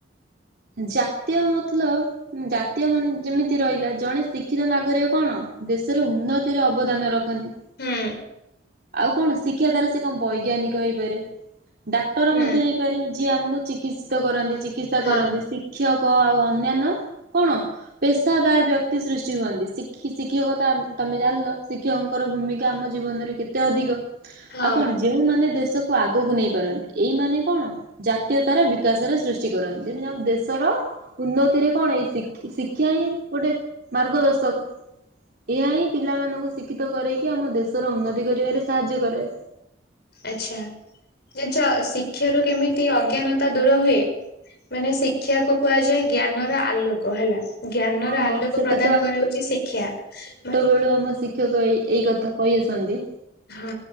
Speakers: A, on the right; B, on the left.
A: ଜାତୀୟ ମତଲବ୍ ଜାତୀୟ ମାନେ ଯେମିତି ରହିଲା ଜଣେ ଶିକ୍ଷିତ ନାଗରିକ କଣ ଦେଶରେ ଉନ୍ନତିର ଅବଦାନ ର ଖନ୍ତି।
B: ହୁଁ
A: ଆଉ କଣ ଶିକ୍ଷା ଦ୍ଵାରା ସେ କଣ ବୈଜ୍ଞାନିକ ହେଇପାରେ। ଡାକ୍ତର
B: ହୁଁ
A: ମଧ୍ୟ ହେଇପାରେ ଯିଏ ଆମକୁ ଚିକିତ୍ସିତ କରନ୍ତି ଚିକିତ୍ସା
B: ହଁ
A: କରନ୍ତି। ଶିକ୍ଷକ ଆଉ ଅନ୍ୟାନ୍ୟ କଣ ପେସାଦାର ବ୍ୟକ୍ତି ସୃଷ୍ଟି ହୁଅନ୍ତି। ଶିକ୍ଷି-ଶିକ୍ଷକତା ତମେ ଜାଣିଲ ଶି କ୍ଷକଙ୍କର ଭୂମିକା ଆମ ଜୀବନରେ କେତେ ଅଧିକ
B: ହଁ
A: ଆଉ କଣ ଯେଉଁମାନେ ଦେଶକୁ ଆଗକୁ ନେଇ ପାରନ୍ତି ଏଇମାନେ କଣ ଜାତୀୟତାର ବିକାଶରେ ସୃଷ୍ଟି କରନ୍ତି। ଯେମିତି ଆମ ଦେ ଶର ଉନ୍ନତିରେ କଣ ଏଇ ଶି-ଶିକ୍ଷା ହିଁ ଗୋଟେ ମାର୍ଗଦର୍ଶକ। ଏହା ହିଁ ପିଲାମାନଙ୍କୁ ଶିକ୍ଷିତ କରେଇକି ଆମ ଦେଶର ଉନ୍ନତି କରିବାରେ ସାହାଯ୍ୟ କରାଏ।
B: ଆଚ୍ଛା ଜାଣିଚ ଶିକ୍ଷାରୁ କେମିତି ଅଜ୍ଞାନତା ଦୂର ହୁଏ? ମାନେ ଶିକ୍ଷାକୁୁ କୁହାଯାଏ ଜ୍ଞାନର ଆଲୋକ ହେଲା। ଜ୍ଞାନର
A: ହଁ
B: ଆଲୋକୁ
A: ହଁ ସେଟା
B: ପ୍ରଦାନ କରେ ହୋଉଚି ଶିକ୍ଷା ମା
A: ଛୋଟବେଳୁ ଆମ ଶିକ୍ଷକ ଏଇ ଏଇ କଥା କହି ଆସନ୍ତି।
B: ହଁ।